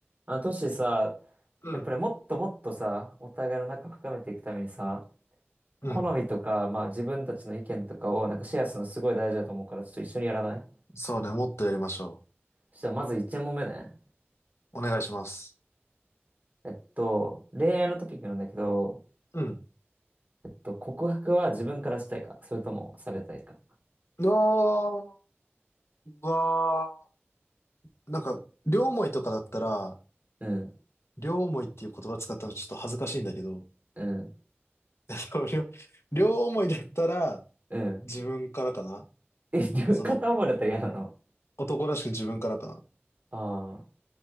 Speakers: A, on the right; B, on the left.
A: あの、トシさ、
B: うん、
A: やっぱりもっともっとさ、お互いの仲深めていくためにさ、
B: うん。
A: 好みとか、まあ自分たちの意見とかをなんかシェアするのすごい大事だと思うから、ちょっと一緒にやらない
B: そうね、もっとやりましょ
A: そしたらまず1問目ね。
B: う。お願いします。
A: えっと、恋愛のトピックなんだけど、
B: うん。
A: えっと、告白は自分からしたいか、それともされたいか。
B: あー、うわー。なんか、両思いとかだったら、
A: うん、
B: 両思いっていう言葉使ったのちょっと恥ずかしいんだけど、
A: うん、
B: えっと両、両思いだったら、
A: うん。
B: 自分からかな
A: え、<laughs>
B: その、
A: 両片思いだったら嫌なの
B: 男らしく自分からかな
A: ああ